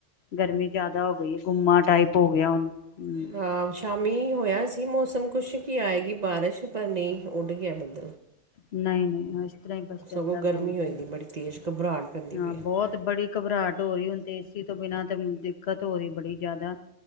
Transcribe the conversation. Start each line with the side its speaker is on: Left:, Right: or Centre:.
Left: ਗਰਮੀ ਜਿਆਦਾ ਹੋ ਗਈ ਏ, ਗੁੰਮਮਾ ਟਾਈਪ ਹੋ ਗਿਆ ਹੁਣ। ਹਮ
Right: ਹਾ, ਸ਼ਾਮੀ ਹੋਇਆ ਸੀ ਮੌਸਮ, ਕੁਛ ਕੀ ਆਏਗੀ ਬਾਰਿਸ਼ ਪਰ ਨਹੀਂ ਉੱਡ ਗਿਆ ਬੱਦ
Left: ਨਹੀਂ-ਨਹੀਂ। ਇਸ ਤਰਾਂ ਹੀ ਬਸ
Right: ਸਗੋਂ
Left: ਚੱਲਦਾ
Right: ਗਰਮੀ
Left: ਪਿਆ ਹੁਣ
Right: ਹੋਈ
Left: ਤੇ।
Right: ਦੀ ਬੜੀ ਤੇਜ਼ ਘਬਰਾਹਟ ਪੈਂਦੀ
Left: ਹਾਂ,
Right: ਪਈ ਹੈ
Left: ਬਹੁਤ ਬੜੀ ਘਬਰਾਹਟ ਹੋ ਰਹੀ, ਹੁਨ ਤੇ ਏ ਸੀ ਤੋਂ ਬਿਨਾਂ ਤੇ ਦਿੱਕਤ ਹੋ ਰਹੀ ਬੜੀ ਜਿਆਦਾ।